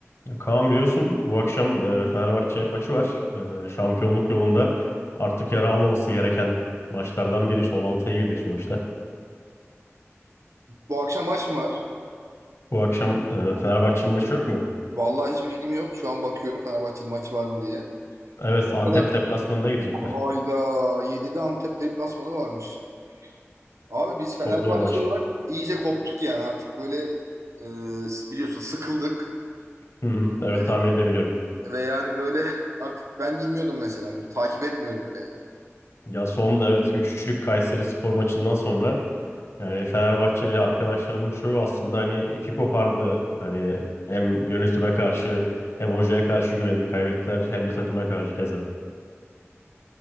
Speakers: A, on the left; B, on the right.
A: Ya Kaan biliyorsun bu akşam e, Fenerbahçe'nin maçı var. E, şampiyonluk yolunda artık yara almaması gereken maçlardan biri. Son 6'ya girdik sonuçta.
B: Bu akşam maç mı var?
A: Bu akşam e, Fenerbahçe'nin maçı yok mu?
B: Vallahi hiçbir fikrim yok. Şu an bakıyorum Fenerbahçe'de maçı var mı diye.
A: Evet Antep
B: O kadar.
A: deplasmanına gidecekler.
B: Hayda. yedi'de Antep deplasmanı varmış. Abi biz Fenerbahçe
A: Çok zor maç.
B: olarak iyice koptuk yani. Artık böyle e, biliyorsun sıkıldık.
A: Hı hı, evet
B: Ve,
A: tahmin edebiliyorum.
B: ve yani böyle <laughs> artık ben bilmiyordum mesela. Takip etmiyorum bile yani.
A: Ya son evet 3-3'lük Kayseri Spor maçından sonra yani Fenerbahçeli arkadaşlarımın çoğu aslında hani ipi kopardı. Hani hem yönetime karşı hem hocaya karşı güvenini kaybettiler hem de takıma karşı keza.